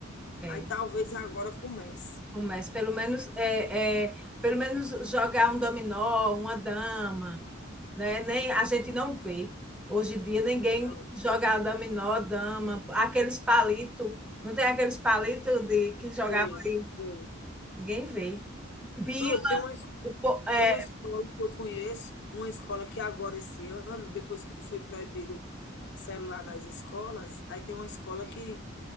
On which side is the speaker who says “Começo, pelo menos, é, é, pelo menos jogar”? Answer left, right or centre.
Centre